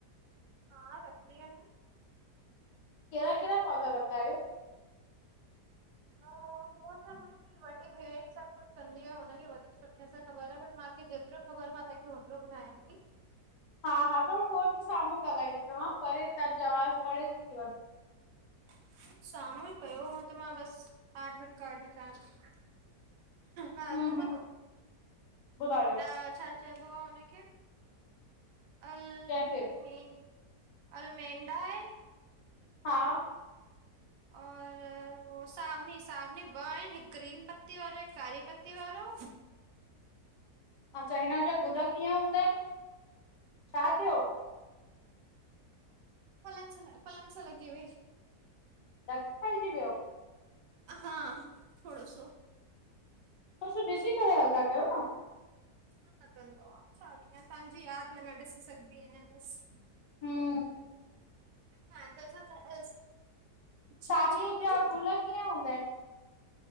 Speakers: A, on the right (about 90°); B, on the left (about 85°).
A: हा रखीदी आहियां।
B: कहिड़ा कहिड़ा पौधा रख्दा आहियो?
A: हा मौसम जे वॾी भेण ई सभु कुछ कंदी आ, हुनखे वधीक सुठे सां ख़बर आ बट मूखे जेतिरो ख़बर आ मां तव्हांखे हेतिरो ॿुधायां ती,
B: हा- हा थोड़ो फोन जे साम्हूं ॻाल्हाई, हा परे तव्हांजी आवाज़ु परे ती थी वञे।
A: <inaudible> साम्हूं ई पयो आ त मां बस एडमिट कार्ड में कयां, हा
B: हम्म
A: त
B: हम्म
A: ॿुधो
B: ॿुधायो
A: अ छ? चइबो आ हुनखे अ
B: कंहिंखे
A: मेन अलमेंडा आहे,
B: हा,
A: और वो सावनी -सावनी ॿ आहिनि हिकु ग्रीन पत्ती वारो हिकु कारी पत्ती वारो,
B: अउं चाइना जा गुल कीअं हूंदाइन, छा थियो?
A: पलंग सां पलंग सां लॻी वई,
B: सब खाइजी व्यो?
A: अहा थोड़ो सो,
B: थोड़ो ॾिसी करे हलंदा कयो न?
A: लॻदों आ छा कियां तव्हांजी यादि में न ॾिसी सघंदी आहियां बसि?
B: हुम्म
A: हा त असां छा
B: सावनी
A: चयुं पिया?
B: जा गुल कीअं हूंदा आहिनि?